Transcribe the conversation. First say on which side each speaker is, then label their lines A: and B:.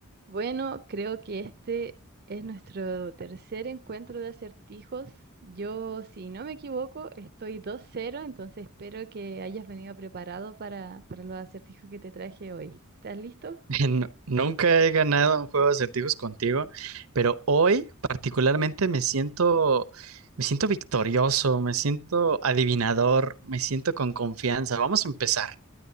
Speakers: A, on the right; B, on the right.
A: Bueno, creo que este es nuestro tercer encuentro de acertijos. Yo, si no me equivoco, estoy dos cero, entonces espero que hayas venido preparado para, para los acertijos que te traje hoy. ¿Estás listo?
B: <laughs> No- nunca he ganado un juego de acertijos contigo, pero hoy particularmente me siento, me siento victorioso, me siento adivinador, me siento con confianza. Vamos a empezar.